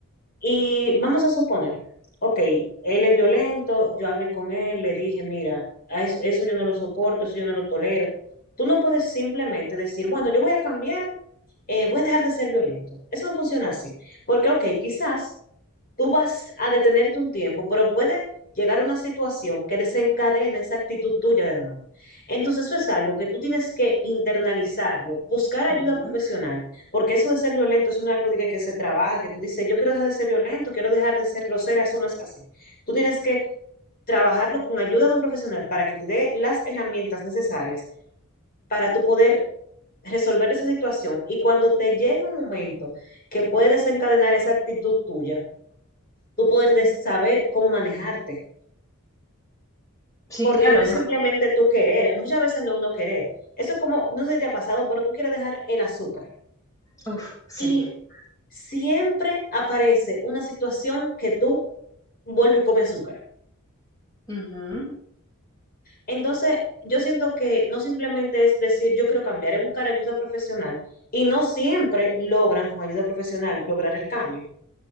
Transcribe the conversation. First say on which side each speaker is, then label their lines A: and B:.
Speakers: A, on the left; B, on the left.
A: Y vamos a suponer, ok, él es violento, yo hablé con él, le dije, mira, a eso, eso yo no lo soporto, eso yo no lo tolero. Tú no puedes simplemente decir, bueno, yo voy a cambiar, eh, voy a dejar de ser violento. Eso no funciona así. Porque, ok, quizás tú vas a detenerte un tiempo, pero puede llegar una situación que desencadene esa actitud tuya de nuevo. Entonces eso es algo que tú tienes que internalizarlo, buscar ayuda
B: Ujú.
A: profesional, porque eso de ser violento es un algo de que, que se trabaja, que tú dices, yo quiero dejar de ser violento, quiero dejar de ser grosera, eso no es así. Tú tienes que trabajarlo con ayuda de un profesional para que te dé las herramientas necesarias para tú poder resolver esa situación y cuando te llegue un momento que puede desencadenar esa actitud tuya, tú poder de- saber cómo manejarte,
B: Sí,
A: porque
B: claro.
A: no es
B: ima-
A: simplemente tú querer, muchas veces no es uno querer. Eso es como, no sé si te ha pasado, pero tú quieres dejar el azúcar
B: Uf, sí.
A: y siempre aparece una situación que tú vuelves y comes azúcar.
B: Ujú.
A: Entonces, yo siento que no simplemente es decir yo quiero cambiar, es buscar ayuda profesional y no siempre logran con ayuda profesional lograr el cambio.